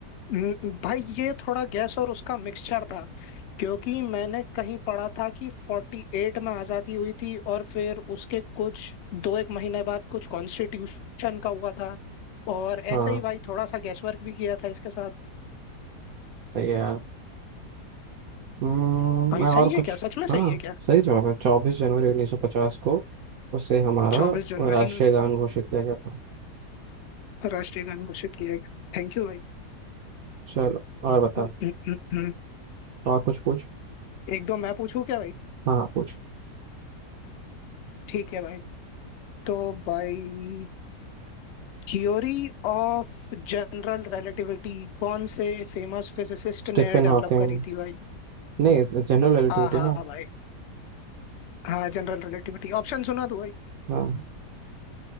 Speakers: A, on the left (about 85°); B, on the right (about 65°).
A: हम्म, भाई ये थोड़ा गैस और उसका मिक्सचर था क्योंकि मैंने कहीं पढ़ा था कि 48 में आजादी हुई थी और फिर उसके कुछ दो एक महीने बाद कुछ कॉन्स्टिट्यूशन का हुआ था और
B: हाँ
A: ऐसे ही भाई थोड़ा सा गैस वर्क भी किया था इसके साथ
B: सही है यार हम्म,
A: भाई
B: मैं और
A: सही
B: कुछ
A: है क्या सच में सही
B: हाँ
A: है क्या
B: सही जवाब है चौबीस जनवरी उन्नीस सौ पचास को उसे हमारा
A: चौबीस जनवरी
B: राष्ट्रीय
A: ना
B: गान घोषित किया गया था
A: राष्ट्रीय गान घोषित किया गया थैंक यू भाई
B: चलो और बता
A: हम्म, हम्म, हम्म।
B: और कुछ पूछ
A: एक दो मैं पूछूं क्या भाई
B: हाँ पूछ
A: ठीक है भाई तो भाई थ्योरी ऑफ जनरल रिलेटिविटी कौन से फेमस फिजिसिस्ट
B: Stephen
A: ने डेवलप
B: Hawking
A: करी थी भाई
B: नहीं जनरल रिलेटिविटी
A: आहा
B: ना
A: भाई हाँ जनरल रिलेटिविटी ऑप्शन सुना तो भाई
B: हाँ